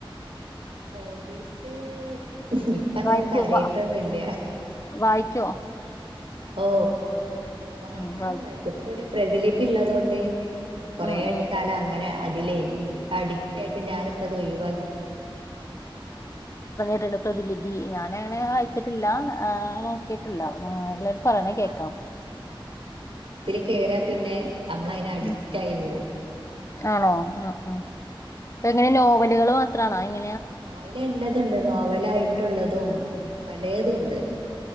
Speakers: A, on the right; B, on the left.
A: ഹോബീസ് ഇപ്പ അങ്ങനെ
B: വായിക്കോ
A: കാര്യായിട്ടൊന്നുല്ല
B: വാ വായിക്കോ
A: ഓ വായിക്കാനൊക്കെ
B: ഉം വായി
A: വായിക്കും ഇപ്പൊ പിന്നെ പ്രഥിലിബ് പിള്ളതൊണ്ടേ കൊറേ
B: ഉം
A: ആയിട്ട്
B: ഉം
A: കാലം അങ്ങനെയ അതിലേനി അഡിക്റ്റ് ആയിട്ട് ഞാനിപ്പത് അത് ഒഴിവാക്കി
B: ട്ട്ണ്ട് പ്രതിലിപി പി ഞാന അങ്ങനെ
A: ആഹ്
B: അയച്ചിട്ടില്ല ആ നോക്കിട്ടില്ല എല്ലാവരും പറയണേ
A: അത്
B: കേക്കാം
A: കേരാ പിന്നെ നമ്മളയിന് അഡിക്റ്റ്
B: ഉം
A: ആയി പോം
B: ആണോ ആ ആ അങ്ങനെ നോവലുകൾ മാത്ര അങ്ങ
A: ആയില എല്ലാതുണ്ട് രാവിലെ ആയിട്ടുള്ളതും പലേതും ഉണ്ട്